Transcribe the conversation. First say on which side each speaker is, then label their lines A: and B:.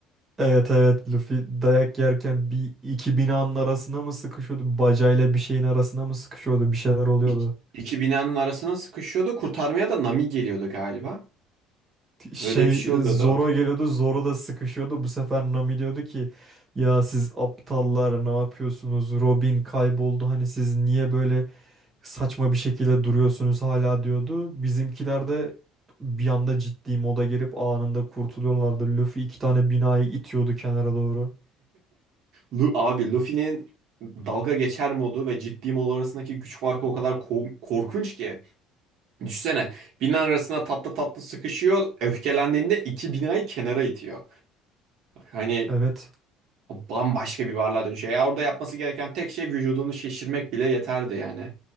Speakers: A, on the right; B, on the right.
A: Evet evet Luffy dayak yerken bir iki binanın arasına mı sıkışıyordu? Bacayla bir şeyin arasına mı sıkışıyordu? Bir şeyler oluyordu.
B: İki, iki binanın arasına sıkışıyordu. Kurtarmaya da Nami geliyordu galiba.
A: şey
B: Öyle bir şey oluyordu.
A: Zoro geliyordu. Zoro da sıkışıyordu. Bu sefer Nami diyordu ki ya siz aptallar ne yapıyorsunuz? Robin kayboldu. Hani siz niye böyle saçma bir şekilde duruyorsunuz hala diyordu. Bizimkiler de bir anda ciddi moda girip anında kurtuluyorlardı. Luffy iki tane binayı itiyordu kenara doğru.
B: Lu abi Luffy'nin dalga geçer modu ve ciddi mod arasındaki güç farkı o kadar ko- korkunç ki. Düşsene bina arasına tatlı tatlı sıkışıyor. Öfkelendiğinde iki binayı kenara itiyor. Hani
A: Evet.
B: bambaşka bir varlığa dönüşüyor. Ya orada yapması gereken tek şey vücudunu şişirmek bile yeterdi yani.